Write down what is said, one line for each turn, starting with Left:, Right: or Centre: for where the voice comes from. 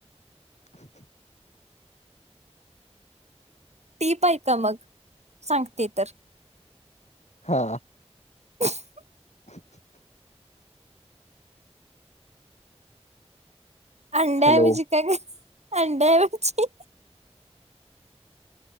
Left: अच्छा
Right: टीप आहे का मग सांगते तर
Left: हा
Right: <unintelligible>
Left: ह
Right: अडामज
Left: हॅलो
Right: का अडामची